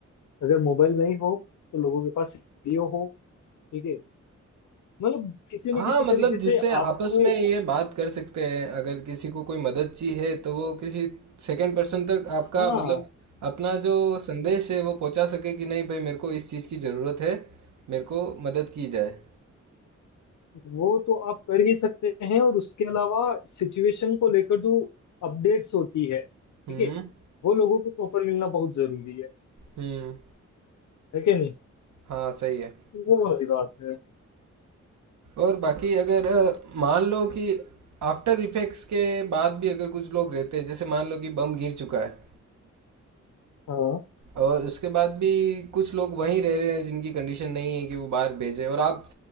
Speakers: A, on the left; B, on the right.
A: अगर मोबाइल नहीं हो तो लोगों के पास रेडियो हो ठीक है मतलब किसी न
B: हाँ
A: किसी
B: मतलब
A: तरीके से
B: जिससे आपस
A: आपको
B: में ये बात कर सकते हैं अगर किसी को कोई मदद चाहिए तो वो किसी सेकंड पर्सन तक आपका
A: हाँ
B: मतलब अपना जो संदेश है वो पहुंचा सके कि नहीं भाई मेरे को इस चीज़ की ज़रूरत है मेरे को मदद की जाए
A: वो तो आप कर ही सकते हैं और उसके अलावा सिचुएशन को लेकर जो अपडेट्स होती है ठीक
B: हम्म
A: है वो लोगों को प्रॉपर मिलना बहुत जरूरी है
B: हम्म
A: है कि नहीं
B: हाँ सही है
A: वो वाली बात है
B: और बाकी अगर अ, मान लो कि आफ्टर इफेक्ट्स के बाद भी अगर कुछ लोग रहते हैं जैसे मान लो कि बम गिर चुका है
A: हाँ
B: और उसके बाद भी कुछ लोग वहीं रह रहे हैं जिनकी कंडीशन नहीं है कि वो बाहर भेजें और आप